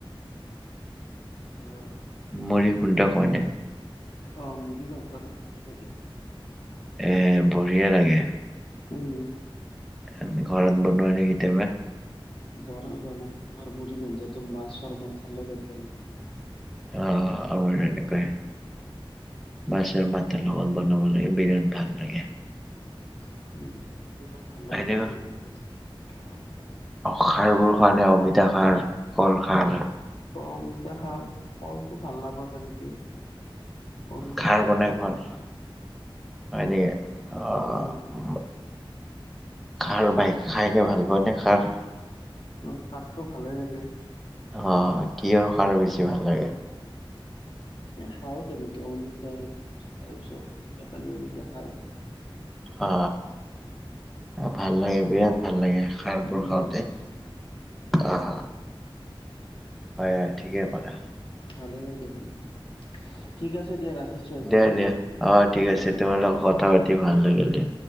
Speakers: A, on the left; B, in the centre.
A: <unintelligible>
B: মূৰি গণ্ডা খোৱা নে?
A: অঁ, মূৰি গণ্ডাটো ভালে লাগে।
B: এ বঢ়িয়া লাগে।
A: উম।
B: আমি ঘৰত বনোৱা যে কেতিয়াবা
A: বনাও বনাও তোমাৰ মুৰি গঞ্জাটো মাছৰ মাথাৰ লগত বনাও।
B: অ আমাৰ এনেকুৱাই মাছৰ
A: উম
B: মাথাৰ লগত বনাব লাগে বিৰাট ভাল লাগে।
A: উম বিৰাট ভাল
B: এনে
A: লাগে <inaudible> টো
B: খাৰবোৰ খোৱা নাই অমিতা খাৰ কল খাৰ?
A: ত অমিতা খাৰ কলটো ভাল নাপাওঁ তেনেকে। অমিতা
B: খাৰ
A: খাৰটো
B: বনাই
A: খাওঁ
B: ঘৰত?
A: কিন্তু
B: হয় নেকি অ।
A: উম
B: খাৰ বাই খাইকে ভাল পোৱা নে খাৰ?
A: অ খাৰটো ভালে লাগে।
B: অ কিহৰ খাৰ বেছি ভাল লাগে?
A: এ খাওঁ তেনেকে অমিতাৰ তাৰপিছত জাপানি এনেকে খাওঁ।
B: অ ভাল লাগে বিৰাট ভাল লাগে খাৰবোৰ
A: বিৰাট
B: খাওঁতে
A: ভাল লাগে হয়
B: অ। হয় হয় ঠিকে কলা।
A: ভালে লাগে তুমি, ঠিক আছে দিয়া ৰাখিছো। আজি
B: দিয়া দিয়া অ ঠিক আছে
A: উম উম
B: তোমাৰ লগত কথা পাতি ভাল লাগিল দিয়া।